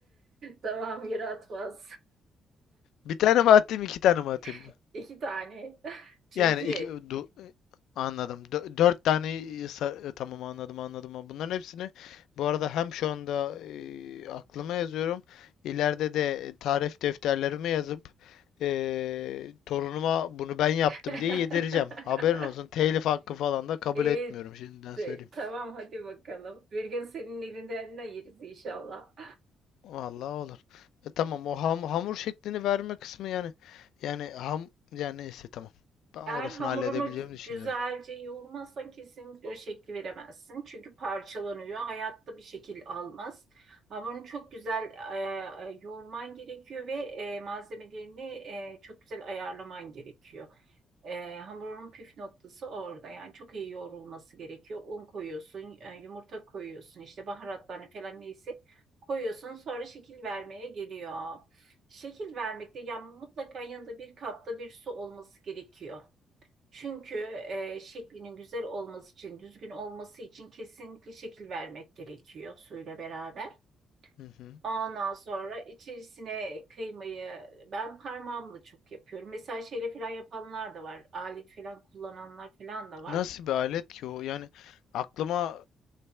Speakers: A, on the right; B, on the left.
A: Tamam yaratmaz.
B: Bir tane mi atayım, iki tane mi atayım mı?
A: <laughs> İki tane. <laughs> Çünkü
B: Yani iki du- anladım. Dö- dört tane sa- tamam anladım anladım. Ha, Bunların hepsini bu arada hem şu anda e, aklıma yazıyorum. İleride de tarif defterlerime yazıp e, torunuma bunu ben yaptım
A: <laughs>
B: diye yedireceğim. Haberin olsun. Telif hakkı falan da kabul
A: E,
B: etmiyorum şimdiden söyleyeyim.
A: tamam hadi bakalım. Bir gün senin elinden de yeriz inşallah.
B: Vallahi olur. E tamam o ham- hamur şeklini verme kısmı yani yani ham yani neyse tamam. Ben orasını
A: Eğer hamurunu
B: halledebileceğimi
A: gü-
B: düşünüyorum.
A: güzelce yoğurmazsan kesinlikle o şekli veremezsin. Çünkü parçalanıyor. Hayatta bir şekil almaz. Hamurunu çok güzel e, e, yoğurman gerekiyor ve e, malzemelerini e, çok güzel ayarlaman gerekiyor. E, hamurun püf noktası orada. Yani çok iyi yoğrulması gerekiyor. Un koyuyorsun, e, yumurta koyuyorsun, işte baharatlarını falan neyse koyuyorsun. Sonra şekil vermeye geliyor. Şekil vermekte yani mutlaka yanında bir kapta bir su olması gerekiyor. Çünkü e, şeklinin güzel olması için, düzgün olması için kesinlikle şekil vermek gerekiyor suyla beraber.
B: Hı hı.
A: Ondan sonra içerisine kıymayı ben parmağımla çok yapıyorum. Mesela şeyle falan yapanlar da var. Alet falan kullananlar falan da var.
B: Nasıl bir alet ki o? Yani aklıma